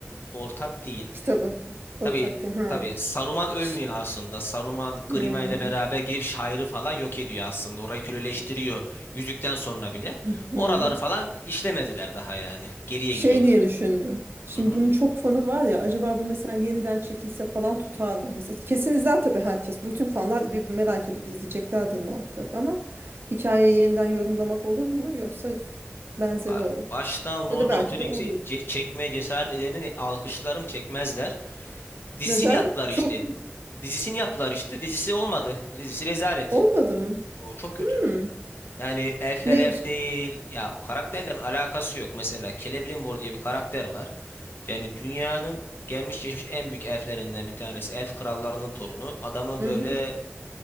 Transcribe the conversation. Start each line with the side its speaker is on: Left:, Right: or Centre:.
Left: ortak değil.
Right: Kitabı. Alı
Left: Tabii
Right: takdim. Ha.
Left: tabii Saruman ölmüyor
Right: Ş-
Left: aslında. Saruman Grima
Right: Hmm.
Left: ile beraber gidip şairi falan yok ediyor aslında. Orayı köleleştiriyor yüzükten sonra bile.
Right: Hmm.
Left: Oraları falan işlemediler daha yani. Geriye
Right: Şey
Left: gidiyorlar.
Right: diye düşündüm. Şimdi
Left: Hı hı.
Right: bunun çok fanı var ya acaba bu mesela yeniden çekilse falan tutar mı? Mesela kesin izler tabii herkes. Bütün fanlar bir merak edip izleyeceklerdir muhakkak ama hikayeyi yeniden yorumlamak olur mu? Yoksa benzeri
Left: Ba-
Right: olur.
Left: Baştan
Right: Ya
Left: Lord
Right: da belki
Left: of the Rings'i
Right: de olur.
Left: ce- çekmeye cesaret edenin alkışlarım çekmezler. Dizisini
Right: Neden?
Left: yaptılar
Right: <laughs> Çok
Left: işte.
Right: mu?
Left: Dizisini yaptılar işte. Dizisi olmadı. Dizisi rezalet.
Right: Olmadı mı?
Left: O çok kötü.
Right: Hmm.
Left: Yani elfler
Right: Ne?
Left: elf değil. Ya karakterlerin alakası yok. Mesela Celebrimbor diye bir karakter var. Yani dünyanın gelmiş geçmiş en büyük elflerinden bir tanesi. Elf krallarının torunu. Adamı
Right: Hı-hı.
Left: böyle e,